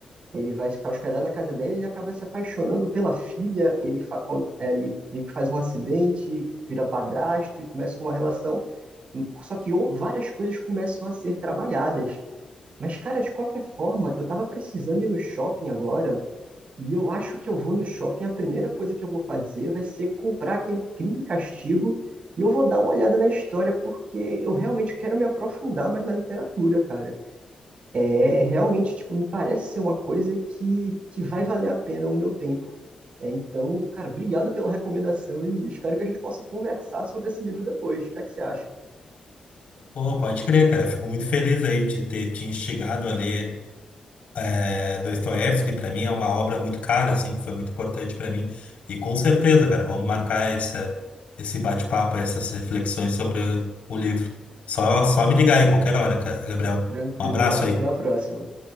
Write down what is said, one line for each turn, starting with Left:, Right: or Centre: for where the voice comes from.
Right: ele vai ficar hospedado na casa dela, ele acaba se apaixonando pela filha, ele, fa com- é, ele meio que faz um acidente, vira padrasto e começa uma relação. Só que ou- várias coisas começam a ser trabalhadas. Mas, cara, de qualquer forma, eu tava precisando ir no shopping agora, e eu acho que eu vou no shopping, a primeira coisa que eu vou fazer vai ser comprar aquele Crime e Castigo, e eu vou dar uma olhada na história, porque eu realmente quero me aprofundar mais na literatura, cara. É, realmente, tipo, me parece ser uma coisa que, que vai valer a pena o meu tempo. É, então, cara, obrigado pela recomendação e espero que a gente possa conversar sobre esse livro depois. O que é que você acha?
Left: Pô, pode crer, cara. Fico muito feliz aí de ter te instigado a ler é, Dostoiévski, para mim, é uma obra muito cara, assim, que foi muito importante para mim. E com certeza, cara, vamos marcar essa, esse bate-papo, essas reflexões sobre o livro. Só, só me ligar aí, qualquer hora, cara, Gabriel.
Right: Tranquilo,
Left: Um abraço
Right: cara.
Left: aí.
Right: Até a próxima.